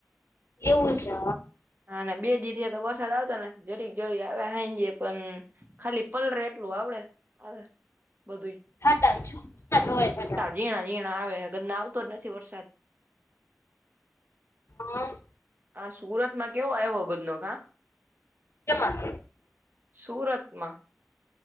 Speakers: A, on the left; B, on the right.
A: એવું છે.
B: હા, બે દીધ તો વરસાદ આવતો ને જરીક જરી આવ્યા હ, જે પણ ખાલી પલરે, એટલું આવડે આવે બધું.
A: હટ છું, ના જ હોય જટ.
B: ઝીણા-ઝીણા આવેને, આવતો જ નથી વરસાદ.
A: હ
B: હ, સુરત માં કેવો આવ્યો, ગજ નો કા.
A: કેમાં?
B: સુરતમાં.